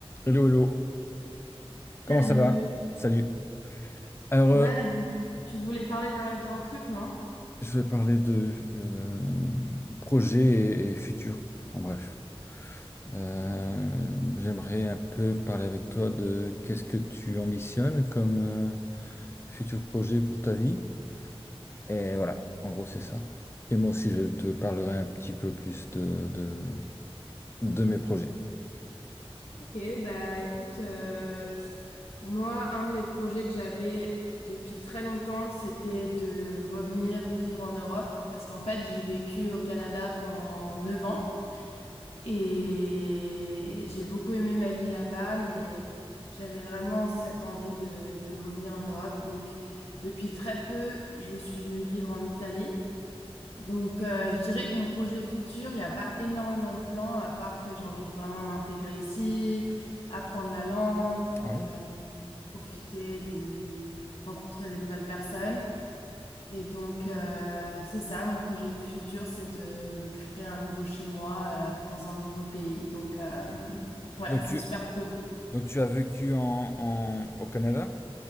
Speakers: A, on the left; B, on the left.
A: Hello, hello. Comment
B: Salut.
A: ça va? Salut. Alors,
B: Ouais,
A: euh,
B: donc, tu voulais parler d'un d'un truc, non?
A: je vais parler de euh, projet et, et futur, en bref. Euh, j'aimerais un peu parler avec toi de qu'est-ce que tu ambitionnes comme euh, futur projet pour ta vie. Et voilà, en gros, c'est ça. Et moi aussi, je te parlerai un petit peu plus de, de, de mes projets.
B: Ok, bah écoute, euh, moi, un de mes projets que j'avais depuis très longtemps, c'était de revenir vivre en Europe, parce qu'en fait, j'ai vécu au Canada pendant 9 ans et j'ai beaucoup aimé ma vie là-bas, mais j'avais vraiment cette envie de, de revenir en Europe. Donc, depuis très peu, je suis venue vivre en Italie. Donc, euh, je dirais que mon projet futur, il n'y a pas énormément de plans, à part que j'ai envie de vraiment m'intégrer ici, apprendre la langue,
A: Ah bon?
B: euh, profiter de rencontrer des nouvelles personnes. Et donc, euh, c'est ça, mon projet futur, c'est de me créer un nouveau chez moi, euh, dans un nouveau pays. Donc, euh, ouais,
A: Donc,
B: c'est
A: tu,
B: super cool.
A: donc tu as vécu en, en- au Canada